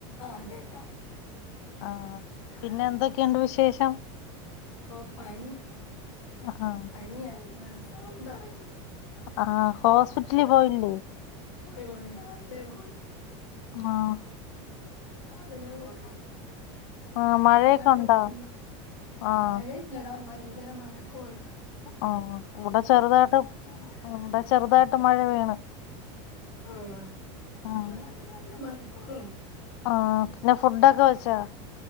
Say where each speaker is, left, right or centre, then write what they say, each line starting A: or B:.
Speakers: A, on the left; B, on the left.
A: ആഹ് കേക്കാം
B: ആഹ പിന്നെ എന്തൊക്കെയുണ്ട് വിശേഷം
A: ഓ പനി
B: ആഹ്
A: പന സൗണ്ട് അടക്കുന്നു
B: ആഹ് ഹോസ്പിറ്റലില് പോയിണ്ടേ
A: അ പോയി രാവിലെ പോയി
B: ആഹ
A: രാവിലെ പോയി
B: ആഹ് മഴയൊക്കെ
A: മരുന്നൊക്കെ
B: ഉണ്ടോ
A: തന്ന
B: ആഹ്
A: മഴ ലടാം ഭയങ്കര മഴക്കോൾ
B: ആ ഇവിടെ ചെറുതായിട്ട് ഇവിടെ ചെറുതായിട്ട് മഴ വീണ്
A: ആഹ
B: ആഹ്
A: ഇവിടായിട്ട് നല്ല മഴക്കോൾുണ്ട്
B: ആഹ പിന്നെ ഫുഡൊക്കെ വെച്ചോ